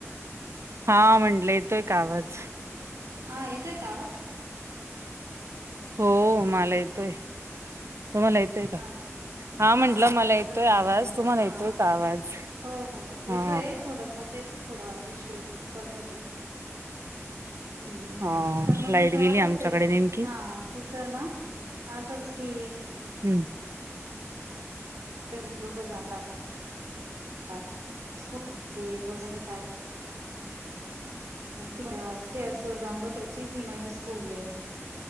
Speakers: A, on the right; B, on the right.
A: हा म्हंटलं येतोय का आवाज?
B: हा येतोय का आवाज.
A: हो मला येतोय, तुम्हाला येत
B: अच्छा
A: हा म्हंटलं
B: आता
A: मला येतोय
B: थोडा
A: आवाज,
B: थोडा
A: तुम्हाला
B: हा
A: येतोय का आवाज.
B: हो
A: हा
B: येतोय थोडस तेच थोडा इश्यू कट होतो. हम्म
A: हा
B: पण मग
A: लाईट
B: तिचं
A: गेली
B: असंच
A: आमच्याकडे
B: आहे
A: नेमकी
B: हा. तिचं ना असंच की
A: हम्म
B: <inaudible> दोघ जातात. <unintelligible> मग ती टेरेसवर जाऊन बसायची ही माझी स्कूल आहे.